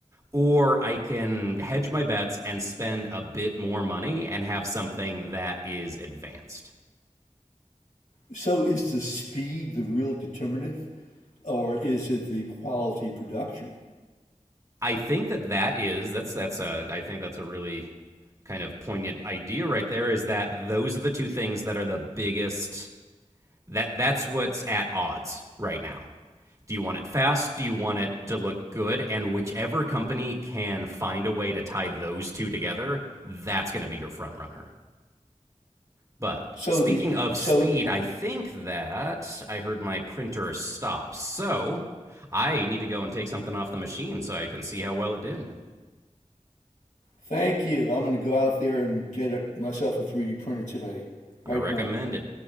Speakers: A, on the right; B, on the left.
A: Or I can hedge my bets and spend a bit more money and have something that is advanced.
B: so is the speed the real determinative, or is it the quality production?
A: I think that that is that's that's a I think that's a really kind of poignant idea right there is that those are the two things that are the biggest that that's what's at odds right now. Do you want it fast? Do you want it to look good? And whichever company can find a way to tie those two together, that's going to be your front runner. But
B: So
A: speaking
B: the
A: of
B: so
A: speed, I think that I heard my printer stop. So I need to go and take something off the machine so I can see how well it did.
B: thank you. I'm going to go out there and get it, myself a 3D printer today, right
A: I recommend
B: now.
A: it.